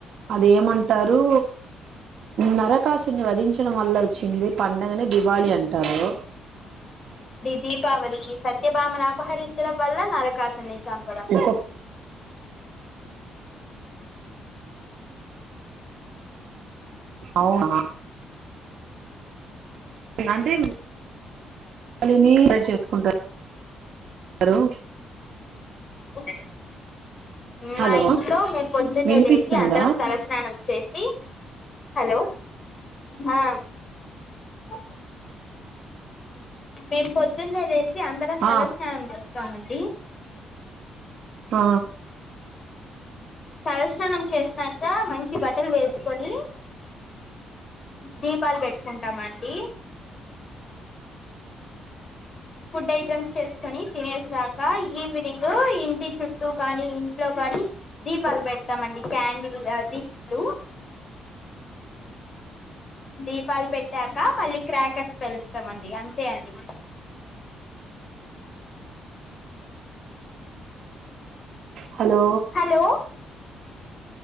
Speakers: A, on the right; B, on the left.
A: అదేమంటారు నరక కాశున్ని వధించడం వల్ల వచ్చింది పండగనే దివాళి అంటారు
B: దీపావళి ఈ సత్యభామను అపహరించడం వల్ల నరకాసుని చంపడం
A: ఇంకో
B: వల్ల
A: అవునా అంటే <unintelligible> చేసుకుంట అరో
B: ఓకే
A: హలో
B: మా ఇంట్లో మేం పొద్దున్నే
A: వినిపిస్తుందా
B: లేచి అందరం తలస్నానం చేసి హలో ఆ మేం పొద్దు పొదున్నే లేసి అందరం తల
A: ఆ
B: స్నానం చేస్తాం స్తామండి
A: ఆ
B: తలస్నానం చేసినాక మంచి బట్టలు వేసి కొని దీపాలు పెట్టుకుంటామండి ఫుడ్ ఐటమ్స్ చేసుకొని తినేసాక ఈవినింగ్ ఇంటి చుట్టూ కానీ ఇంట్లో కానీ దీపాలు పెడతామండి క్యాండిల్ దీపాలు దీపాలు పెట్టాక మళ్ళీ క్రాకర్స్ పెలుస్తామండి అంతే అండి
A: హలో
B: హలో